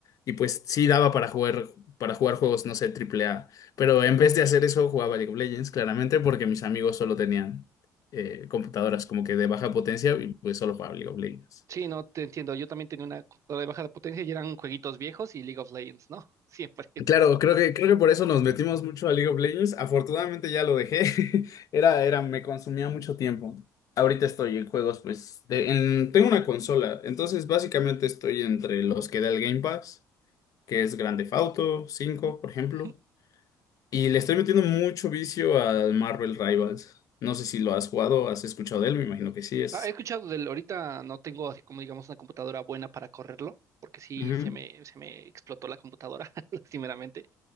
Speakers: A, on the left; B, on the right.
A: y pues sí daba para jugar para jugar juegos, no sé, triple A, pero en vez de hacer eso jugaba League of Legends claramente porque mis amigos solo tenían eh, computadoras como que de baja potencia y pues solo jugaba League of Legends.
B: Sí, no, te entiendo. Yo también tenía una computadora de baja potencia y eran jueguitos viejos y League of Legends, ¿no? Siempre.
A: Claro, creo que, creo que por eso nos metimos mucho a League of Legends. Afortunadamente ya lo dejé. <laughs> Era, era, me consumía mucho tiempo. Ahorita estoy en juegos, pues, de- en- tengo una consola. Entonces, básicamente estoy entre los que da el Game Pass, que es Grand Theft Auto cinco,
B: <laughs>
A: por ejemplo. Y le estoy metiendo mucho vicio al Marvel Rivals. No sé si lo has jugado, has escuchado de él, me imagino que sí. Es.
B: Ah, he escuchado del, ahorita no tengo así como digamos una computadora buena para correrlo, porque sí
A: Ujú.
B: se me, se me explotó la computadora, <laughs> lastimeramente.